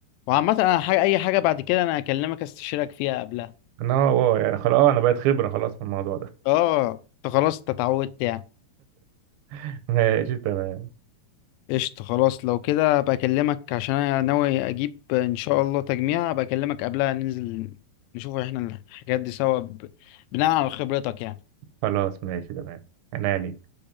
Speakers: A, on the left (about 85°); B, on the right (about 90°).
A: وعامة انا حاجة اي حاجة بعد كده انا اكلمك استشيرك فيها قبلها
B: انا اه يعني خلاص آه، انا بقيت خبرة خلاص في الموضوع ده
A: اه انت خلاص انت اتعودت يعني
B: <laughs> ماشي تمام
A: قشطة خلاص لو كده هبقى اكلمك عشان انا ناوي اجيب ان شاء الله تجميع هبقى اكلمك قبلها ننزل نشوف احنا الحاجات دي سوا ب- بناء على خبرتك يعني
B: خلاص ماشي تمام انا ليك